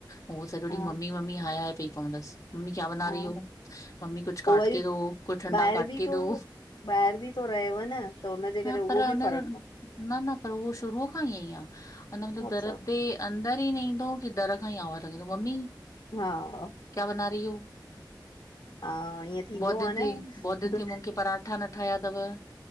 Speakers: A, on the left; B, on the left.
A: हो सॼौ
B: हा,
A: ॾिहं मम्मी-मम्मी हाय-हाय पई पवंदसि, मम्मी क्या बना
B: हा
A: रही हो, मम्मी कुछ
B: पो
A: काट
B: वरी
A: के हो कुछ ठंडा
B: ॿाहिर
A: काट
B: बि
A: के
B: थो
A: दो।
B: ॿाहिर बि थो रहेव न त हुनजे
A: न
B: करे उहो
A: पर हुनजो,
B: बि फ़र्क़
A: न-न पर उहो शुरूअ खां ई इअंई आ। अञा मतिलबु
B: अच्छा
A: दरि ते अंदर ई न ईंदो की दरि खां ई आवाज़ लंॻाइदो मम्मी।
B: हा।
A: क्या बना रही हो?
B: हा ईअं थींदो
A: बहुत दिन
B: आहे
A: थे
B: नं।
A: बहुत दिन थे मूंग के पराठा न ठाहिया अथव,